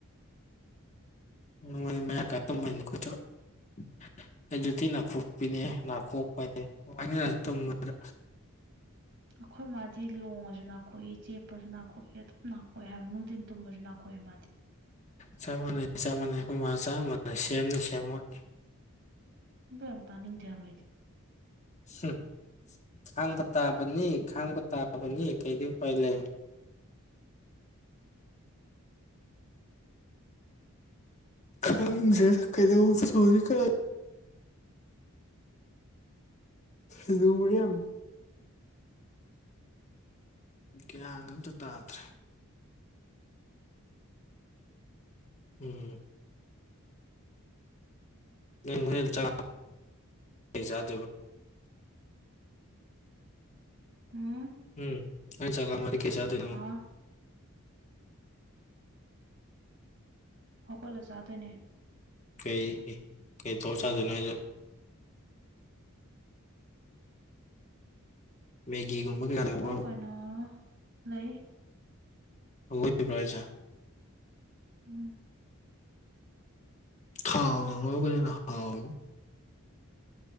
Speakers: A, on the left; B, on the right.
A: <unintelligible> ꯑꯩꯗꯨꯗꯤ ꯅꯥꯀꯣꯛꯄꯤꯅꯦ ꯅꯥꯀꯣꯛꯄ ꯇꯨꯝꯗ
B: ꯑꯩꯈꯣꯏ ꯃꯥꯗꯤ ꯂꯣꯡꯉꯁꯨ ꯅꯥꯀꯣꯛꯏ ꯆꯦꯞꯄꯁꯨ ꯅꯥꯀꯣꯛꯏ ꯑꯗꯨꯝ ꯅꯥꯀꯣꯛꯏ ꯍꯥꯏꯕ ꯅꯨꯡꯊꯤꯟ ꯇꯨꯝꯕꯁꯨ ꯅꯥꯀꯣꯛꯏ ꯃꯥꯗꯤ
A: ꯆꯞ ꯃꯥꯟꯅꯩ ꯆꯞ ꯃꯥꯟꯅꯩ ꯑꯩꯈꯣꯏ ꯆꯞꯃꯅ ꯁꯦꯝꯅ ꯁꯦꯝꯃꯣꯏ
B: ꯑꯗꯨ ꯌꯥꯝ ꯇꯥꯅꯤꯡꯗꯦ ꯍꯥꯏꯕ ꯑꯩꯗꯤ
A: ꯎꯝ ꯈꯥꯡꯕ ꯇꯥꯕꯅꯤ ꯈꯥꯡꯕ ꯇꯥꯕꯅꯤ ꯀꯩꯗꯤ ꯄꯥꯏ ꯂꯩ ꯈꯔ ꯀꯩꯗ ꯆ ꯀ ꯑꯗꯨ ꯃꯔꯤ ꯌꯥꯝ ꯀꯌꯥ ꯑꯝꯇ ꯇꯥꯗ꯭ꯔꯦ ꯎꯝ ꯅꯪ ꯍꯣꯔꯦꯟ ꯆꯥ ꯆꯥꯗꯣꯏꯕ
B: ꯎꯝ
A: ꯎꯝ ꯍꯣꯔꯦꯟ ꯆꯥꯛ ꯂꯝꯃꯛ ꯑꯗꯤ ꯀꯩ ꯆꯥꯗꯣꯏꯅꯣ
B: ꯍꯥ ꯍꯧꯒꯇꯂꯥ ꯆꯥꯗꯣꯏꯅꯦ
A: ꯀꯩ ꯀꯩ ꯇꯧꯔꯥ ꯆꯥꯗꯣꯏꯅꯣ ꯍꯥꯏ ꯃꯦꯒꯤꯒꯨꯝꯕ ꯀꯩꯀꯥ ꯂꯩꯍꯧꯕ꯭ꯔꯕ
B: ꯑꯣ ꯀꯣꯏꯅꯣ ꯂꯩ
A: <unintelligible>
B: ꯎꯝ
A: ꯈꯥꯎ ꯅ ꯀꯩꯅꯅ ꯈꯥꯎ